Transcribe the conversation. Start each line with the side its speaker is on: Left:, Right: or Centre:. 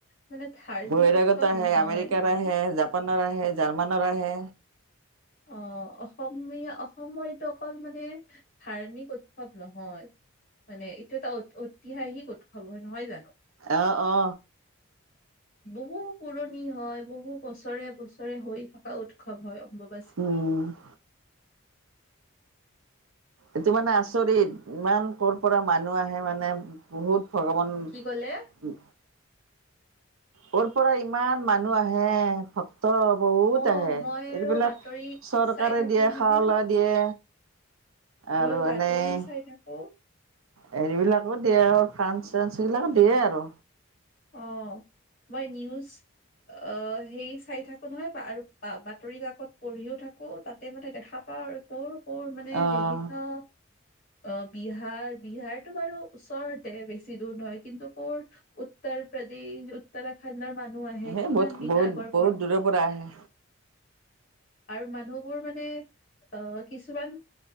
Left: মানে ধাৰ্মিক
Right: বহিৰাগত
Left: উৎসৱ
Right: আহে
Left: নহয়
Right: আমেৰিকাৰ আহে জাপানৰ আহে জাৰ্মানৰ আহে
Left: অ অসমীয়া অসমৰ এইটো অকল মানে ধাৰ্মিক উৎসৱ নহয়, মানে এইটো এটা ঐতিহাসিক উৎসৱ হয়, নহয় জানো?
Right: অ অ
Left: বহু পুৰণি। হয় বহু বছৰে বছৰে হৈ থকা উৎসৱ হয় সম্ভৱ ।
Right: উম । এইটো মানে আচৰিত ইমান কৰ' পৰা মানুহ আহে মানে বহুত ভগৱান উ
Left: কি কলে
Right: কৰ পৰা ইমান মানুহ আহে ভ ত বহুত
Left: অ
Right: আহে এইবিলাক
Left: মই আৰু বাতৰি
Right: চৰকাৰে
Left: চাই থাকো
Right: দিয়ে
Left: নহয়
Right: খাৱ লা দিয়ে
Left: মই
Right: আৰু
Left: বাতৰি
Right: এনে
Left: চাই থাকো।
Right: হেৰিবিলাকো দিয়ে আৰু ফাঞ্চ- চাঞ্চ এইবিলাকো দিয়ে আৰু।
Left: অ' মই নিউজ অ 'হেৰি চাই থাকো নহয় আৰু বাতৰি কাকত পঢ়িও থাকো তাতে মানে দেখা পাও আৰু কৰ মোৰ মানে
Right: অহ
Left: বিভিন্ন অ' বিহাৰ বিহাৰতটো বাৰু ওচৰতে বেছি দূৰ নহয় কিন্তু ক'ৰ উত্তৰ প্ৰদেশ উত্তৰাখণ্ডৰ মানুহ আহে
Right: সেই
Left: কিমান
Right: বহুত
Left: দিন
Right: বহুত
Left: আগৰ
Right: বহুত দূৰৰ পৰা আহে।
Left: আৰু মানুহবোৰ মানে অ 'কিছুমান